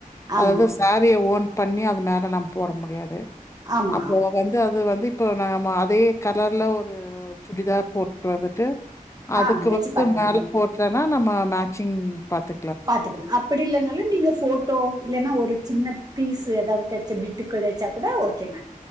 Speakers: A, on the right; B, on the left.
A: ஆமா
B: அதாவது சாரிய ஓன் பண்ணி அது மேல நம்ம போட முடியாது
A: ஆமா
B: அப்போ வந்து அது வந்து இப்போ நம்ம அதே கலர்ல ஒரு சுடிதார் போட்டுட்டு வந்துட்டு அதுக்கு
A: ஆ வெச்சு
B: வந்து
A: பாக்கலா
B: மேல
A: மேம்
B: போட்றேன்னா நம்ம மேச்சிங் பாத்து
A: பாத்துக்கலா அப்டி இல்லனாலு நீங்க போட்டோ இல்லன்னா ஒரு சின்ன பீஸ்ஸு ஏதாவது கெடச்ச பிட் கெடச்சா கூட ஓகே மேம்